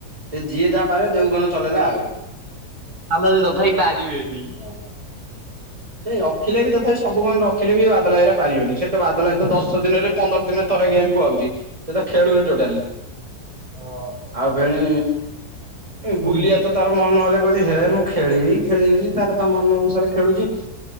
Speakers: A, on the right; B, on the right.
A: ସେ ଯିଏ ଯାଆ ପାରିବ ଯୋଉ ଗନ ଚଲେଇଲା ଆଉ
B: ହାଲୋ ଏ ତଥାବି ପାରିବେନି।
A: ହଁ। ସେ ରଖିଲେ ବି ତଥାପି ସବୁ ଗନ୍ ରଖିଲେ ବି ବାଦଲ ଆଈ ଘରୀକା ପାରିବେନେଇଁ ସେତ ବାଦଲ ଆଈ ତ ଦଶ ଦୀନ ରେ ପନ୍ଦର ଦିନେ ଥରେ ଗେମ୍ କୁ ଆଉଚି ସେତ ଖେଳୁନି ଟୋଟାଲି।
B: ହଁ
A: ଆଉ ଫେଣି ଏ ଗୁଲିଆ
B: ଭିଜି
A: ତ ତାର ମନ ହେଲେ କହୁଛି ହେ ମୁଁ ଖେଳିବି ଖେଳିବିନି ତାର ତା ମନ ଅନୁସାରେ ଖେଳୁଛି।